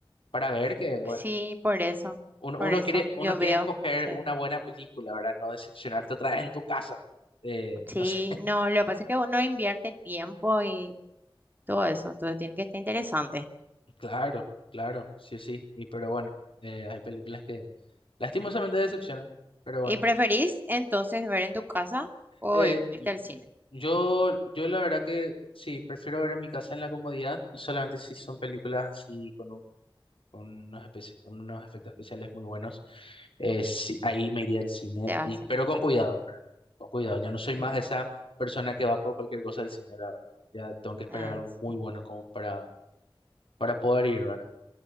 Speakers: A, on the left; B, on the right.
A: para ver que, bueno,
B: sí, por eso,
A: uno,
B: por
A: uno
B: eso
A: quiere, uno
B: yo
A: quiere
B: veo.
A: escoger
B: Sí,
A: una buena película, ¿verdad? No decepcionarte otra vez en tu casa. Eh,
B: sí,
A: no sé,
B: no, lo que pasa es que uno invierte tiempo y todo eso, entonces tiene que estar interesante.
A: <laughs> claro, claro, sí o sí. Y pero bueno, eh, hay películas que Lastimosamente decepcionan, pero bueno.
B: ¿Y preferís entonces ver en tu casa o
A: Eh,
B: irte al cine?
A: yo, yo la verdad que sí, prefiero ver en mi casa en la comodidad y solamente si son películas así con un- con unos, especi- unos efectos especiales muy buenos, eh, sí, ahí me iría al cine,
B: Te vas
A: y,
B: al cine.
A: pero con cuidado, ¿verdad? Con cuidado, ya no soy
B: Ujú.
A: más esa persona que va por cualquier cosa al cine, la verdad. Ya tengo que esperar
B: Ah,
A: algo
B: sí,
A: muy bueno como para, para poder ir, ¿verdad?